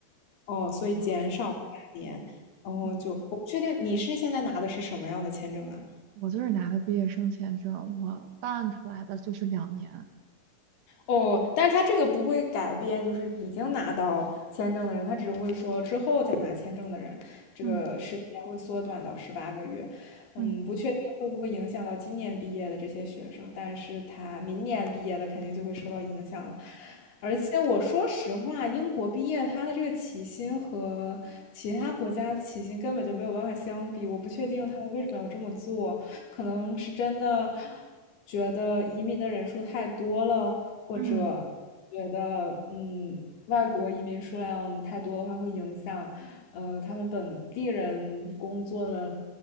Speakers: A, on the left (about 60°); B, on the right (about 75°).
A: 哦，所以减少半年，
B: 啊！
A: 哦，
B: 嗯
A: 就我不确定你是现在拿的是什么样的签证啊？
B: 我就是拿的毕业生签证，我办出来的就是两年。
A: 哦，但是他这个不会改变，就是已经拿到签证的人，他只会说之后再拿签证的人，这个时间会缩短到十八个月。
B: 嗯
A: 嗯，
B: 嗯
A: 不确定会不会影响到今年毕业的这些学生，但是他明年毕业的肯定就会受到影响了。而且我说实话，英国毕业他的这个起薪和其他国家的起薪根本就没有办法相比，我不确定他们为什么要这么做。可能是真的觉得移民的人数太多了，或者觉得嗯外国移民数量太多的话，
B: 嗯
A: 会影响呃他们本地人工作的